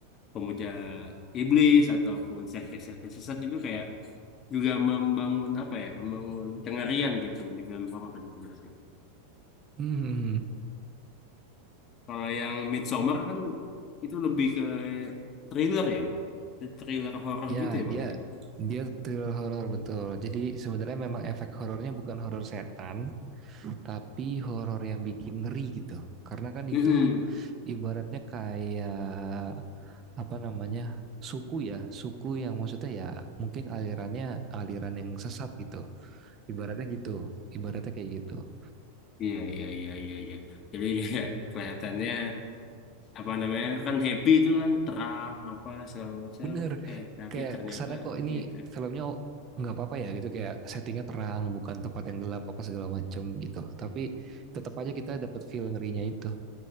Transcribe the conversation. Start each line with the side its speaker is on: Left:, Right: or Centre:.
Left: pemuja iblis ataupun sekte-sekte sesat itu kayak juga membangun apa ya membangun kengerian gitu di film horor gitu biasanya
Right: Mhm.
Left: kalau yang Midsommar kan itu lebih ke thriller ya thriller horor
Right: Ya,
Left: gitu ya
Right: dia
Left: bang aja
Right: dia thriller horor betul. Jadi sebenarnya memang efek horornya bukan horor setan, tapi horor yang bikin ngeri gitu. Karena kan itu
Left: Mm-mm.
Right: ibaratnya kayak apa namanya? suku ya, suku yang maksudnya ya mungkin alirannya aliran yang sesat gitu. Ibaratnya gitu, ibaratnya kayak gitu.
Left: iya iya iya iya iya jadi <laughs> kayak kelihatannya apa namanya kan happy itu kan terang apa segala macam
Right: bener
Left: eh tapi
Right: kayak
Left: ternyata
Right: kesana kok ini
Left: gitu
Right: filmnya oh, nggak apa-apa ya gitu kayak settingnya terang bukan tempat yang gelap apa segala macem gitu tapi
Left: Yes.
Right: tetap aja kita dapat feel ngerinya itu